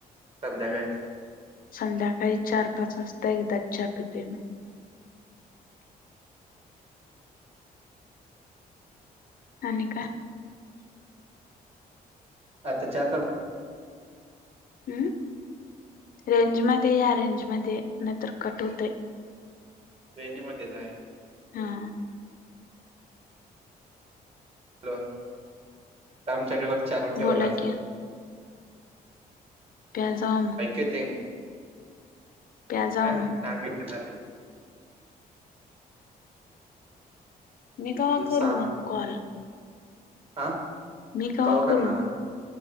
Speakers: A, on the right; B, on the left.
A: संध्याकाळीच.
B: संध्याकाळी चार पाच वाजता एकदाच च्या पितोय मी. आणि काय.
A: आता चहा करून.
B: हम् रेंज मध्ये या रेंज मध्ये नाहितर कट होतंय.
A: रेंज मध्ये जाय.
B: हा.
A: हॅलो आमच्या घरात चा आणून ठेवला
B: बोला
A: असेल.
B: की प्या जावा मग.
A: ऐकच टाइम
B: प्या जावा
A: काय
B: मग.
A: माहित काय झालं.
B: मी कवा
A: अजून
B: करू
A: सहा मिनिट
B: मग कॉल.
A: हा
B: मी
A: कवा
B: करू
A: करणार